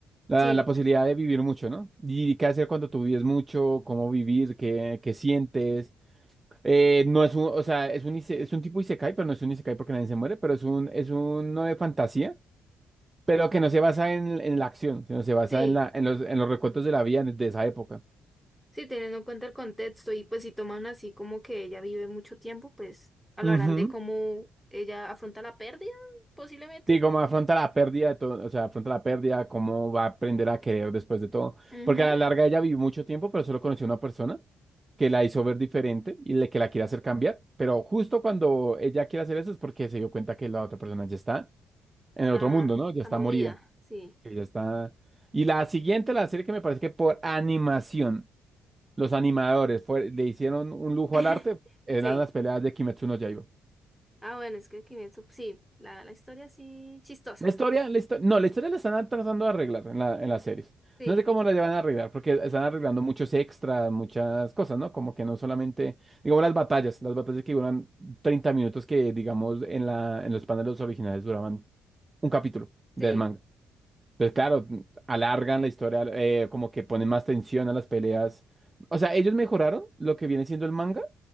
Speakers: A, on the right; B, in the centre.
A: La,
B: Sí,
A: la posibilidad de vivir mucho, ¿no? Y qué hacer cuando tú vives mucho, cómo vivir, qué, qué sientes. Eh, no es un, o sea, es un, ise- es un tipo isekai, pero no es un isekai porque nadie se muere, pero es un, es uno de fantasía Pero que no se basa en, en la acción, sino se basa
B: sí.
A: en, la, en, los, en los recuentos de la vida de esa época.
B: Sí, teniendo en cuenta el contexto y pues si toman así como que ella vive mucho tiempo, pues hablarán
A: Ujú.
B: de cómo ella afronta la pérdida, posiblemente.
A: Sí, cómo afronta la pérdida de todo, o sea, afronta la pérdida, cómo va a aprender a querer después de todo.
B: Ujú,
A: Porque a la larga ella vivió mucho tiempo, pero solo conoció a una persona que la hizo ver diferente y le, que la quiere hacer cambiar. Pero justo cuando ella quiere hacer eso es porque se dio cuenta que la otra persona ya está en el
B: La,
A: otro mundo, ¿no? Ya está
B: la momia,
A: morida,
B: sí.
A: que ya está... Y la siguiente, la serie que me parece que por animación. los animadores fue- le hicieron un lujo
B: <laughs>
A: al arte, eran
B: Sí.
A: las peleas de Kimetsu no Yaiba.
B: Ah, bueno, es que Kimetsu, sí, la, la historia sí chistosa.
A: La historia, la histo- no, la historia la están tratando de arreglar en la, en las series.
B: Sí,
A: No sé cómo la llevan a arreglar, porque están arreglando muchos extras, muchas cosas, ¿no? Como que no solamente, digamos, las batallas, las batallas que duran 30 minutos, que digamos, en la, en los paneles originales duraban un capítulo del
B: sí.
A: manga. Entonces, claro, alargan la historia, eh, como que ponen más tensión a las peleas. O sea, ellos mejoraron lo que viene siendo el manga